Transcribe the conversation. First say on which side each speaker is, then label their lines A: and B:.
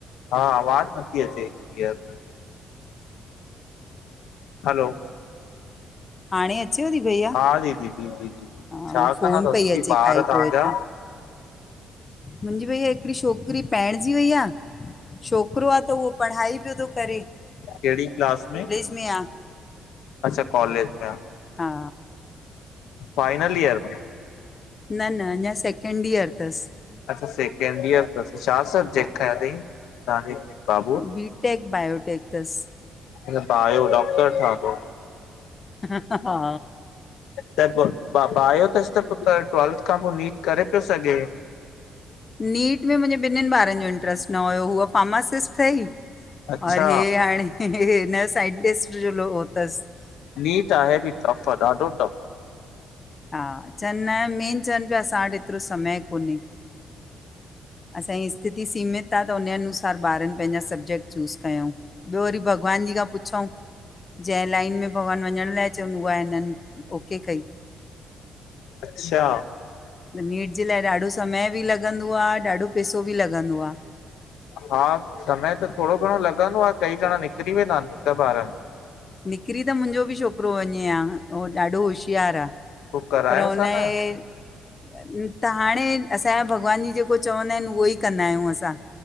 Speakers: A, on the left (about 80°); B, on the left (about 30°).
A: हा, आवाज नथी अचे, क्लीअर। हलो!
B: हाणे अचेव ती, भइया?
A: हा दीदी जी जी जी।
B: हा,
A: छा
B: हू फोन
A: कंदा तव
B: पई
A: दीदी
B: अचे,
A: ॿार
B: काई
A: तव्हांजा,
B: पोइतां। मुंजी भईया हिकड़ी छोकरी पइणजी वई आ छोकरो आ, त उहो पढ़ाई पियो तो करे।
A: केढ़ी क्लास में?
B: <unintelligible>
A: अच्छा कॉलेज में आ।
B: हा
A: फाइनल ईयर में?
B: न न अञा सैकेंडियर तस।
A: अच्छा, सेकेंडियर तस, छा सब्जेक्ट
B: हा
A: खयां तईं, तहांजे बाबूअ?
B: बी, टैक बायो, टैक तस।
A: मत्लब बायो, डॉक्टर ठहंदो?
B: हा
A: त पो, पा पायो तस त पो, पर ट्वल्थ खां पो नीट करे पियो सघे।
B: नीट में मुंहिंजे ॿिन्हिनि ॿारनि जो इंट्र्स्ट न हुयो हूअ फार्मासिस्ट अथई
A: अच्छा
B: और हे हाणे न साइंटीस्ट जो हो तसि
A: नीट आहे बि टफ दाढो टफ
B: हा चनि न मेन चवनि पिया असां वटि एतिरो समय कोन्हे असांजी स्थिती सीमित आहे त हुनन अनुसार ॿारनि पंहिंजा सब्जेक्ट चूस कयूं। ॿियो वरी भॻवान जी खां पुछऊ। जंहिं लाइन में भॻवानु वञण लाइ चवनि उहा हिनननि ओके कई
A: अच्छा
B: नीट जे लाइ ॾाढो समय बि लॻंदो आहे, ॾाढो पैसो बि लॻंदो आहे।
A: हा समय त थोड़ो घणो लॻंदो आहे कई ॼणा निकिरी वेंदा आहिनि हिक ॿार में
B: निकिरी त मुंहिंजो बि छोकिरो वञे हा, उहो ॾाढो होशियारु आहे।
A: पोइ करायोस
B: परर उन्ही
A: हा न
B: त हाणे असांजा भॻवान जी जेको चवंदा आहिनि, उहो ई कंदा आहियूं असां